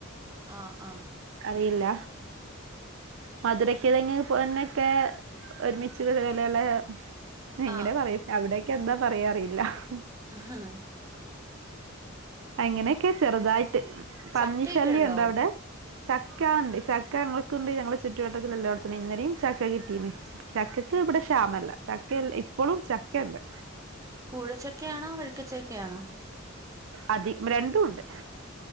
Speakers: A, on the right (about 15°); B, on the right (about 65°).
A: ആഹ് ആഹ്
B: അറിയില്ല മധുരക്കിഴങ്ങ് പോന്നൊക്കെ ഒരുമിച്ച് വെലവാലങ്ങന്നോ എങ്ങനെ
A: ആ
B: പറയും അവിടെയൊക്കെ എന്താ പറയാ അറിയില്ലഹ് മ്മ്
A: ആഹാഹും
B: അങ്ങനെയൊക്കെ ചെറുതായിട്ട് പന്നിശല്യുണ്ടോ
A: ചക്കയൊക്കെ ഉണ്ടോ
B: അവിടെ ചക്ക ഉണ്ട് ചക്ക ഞങ്ങക്കുണ്ട് ഞങ്ങളെ ചുറ്റുവട്ടത്തില് എല്ലായിടത്തണ ഇന്നലും ചക്ക കിട്ടീന്നേ ചക്ക ചക്ക ഇവിടെ ക്ഷാമല്ല ചക്ക ഇപ്പോളും ചക്കഇണ്ട്
A: കൂഴചെക്കെയാണോ വെഴുക്കച്ചക്കയണോ
B: അതി രണ്ടും ഉണ്ട്